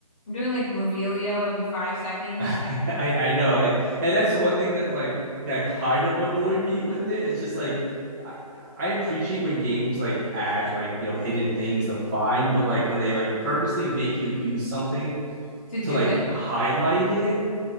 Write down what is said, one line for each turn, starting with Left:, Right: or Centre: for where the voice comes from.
Left: I'm doing like Revelio every five seconds
Right: <laughs> I, I I know, it, and that's the one thing that like that kind of annoyed me with it. It's just like I, I appreciate when games like add like you know hidden things to find, but like when they like purposely make you use something
Left: to do
Right: to like
Left: it.
Right: highlight it,